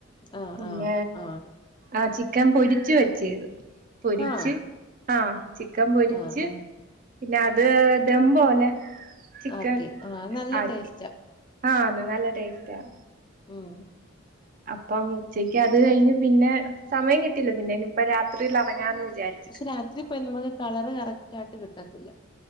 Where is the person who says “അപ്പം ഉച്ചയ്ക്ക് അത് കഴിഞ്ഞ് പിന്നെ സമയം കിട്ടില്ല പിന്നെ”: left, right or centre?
Right